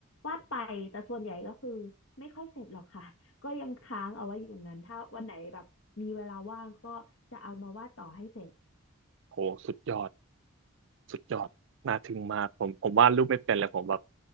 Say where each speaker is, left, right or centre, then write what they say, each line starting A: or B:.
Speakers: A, on the left; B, on the right.
A: วาดไปแต่ส่วนใหญ่ก็คือไม่ค่อยเสร็จหรอกค่ะก็ยังค้างเอาไว้อยู่นั้นถ้าวันไหนแบบมีเวลาว่างก็จะเอามาวาดต่อให้เสร็จ
B: โหสุดยอดสุดยอดน่าทึ่งมากผมผมวาดรูปไม่เป็นเลยผมแบบ